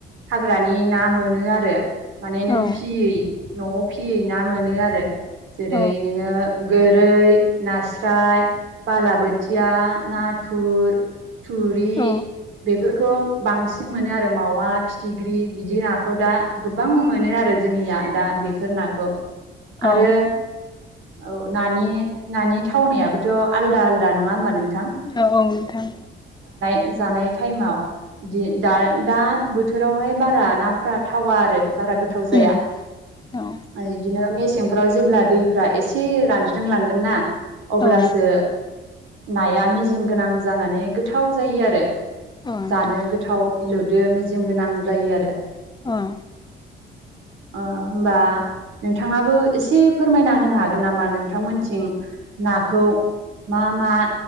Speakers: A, on the right (about 80°); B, on the left (about 20°).
A: हाग्रानि ना मोनो आरो माने नों
B: औ
A: फियै न'आव फियै ना मोनो आरो जेरै
B: औ
A: नोङो गोरै नास्राय बालाबोथिया नाथुर थुरि
B: औ
A: बे फोरखौ बांसिन मोनो आरो मावा फिथिख्रि बिदि नाखौ दा गोबां मोनो आरो जोंनि निया दा बेफोर नाखौ आरो
B: औ
A: औ नानि नानि थावनायाबो थ' आलदा आलदा नङा होमबा नों
B: औ औ नोंथां
A: जानाय टाइमाव दा दा बोथोरावहाय बारा नाफोरा थावा आरो बारा गोथाव जाया
B: उम औ
A: बिदिनो मेसें फोराव जेब्ला दैफ्रा एसे रानज्रिंलांगोन ना अब्लासो
B: औ
A: नाया मेजेम गोनां जानानै गोथाव जायो आरो
B: नोंथां
A: जानो गोथाव मिलौदो मेजेम गोनां जायो आरो
B: ओं
A: अ होमबा नोंथाङाबो एसे फोरमायना होनो हागोन नामा नोंथांमोनथिं नाखौ मा मा